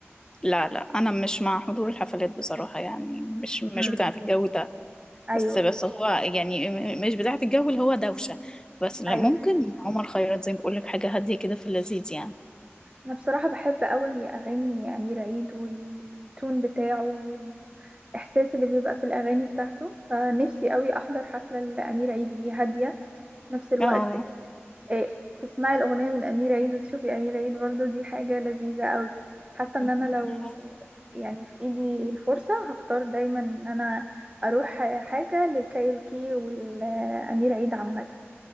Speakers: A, on the left; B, on the right.
A: لا لا انا مش مع حضور الحفلات بصراحة يعني مش مش
B: امم
A: بتاعة الجو ده
B: أيوة
A: بس بس هو يعني م- مش بتاعة الجو اللي هو دوشة بس لا
B: أيوة
A: ممكن عمر خيرت زي ما بقول لك حاجة هادية كده في اللذيذ يعني
B: انا بصراحة بحب قوي اغاني امير عيد والتون بتاعه والاحساس اللي بيبقى في الاغاني بتاعته فنفسي قوي احضر حفلة لامير عيد هي هادية في نفس الوقت
A: اه
B: آه، تسمعي الاغنية من امير عيد وتشوفي امير عيد برضو دي حاجة لذيذة قوي حاسة
A: <laughs>
B: ان انا لو يعني في ايدي الفرصة هختار دايما ان انا اروح حاجة لكايروكي والامير عيد عامة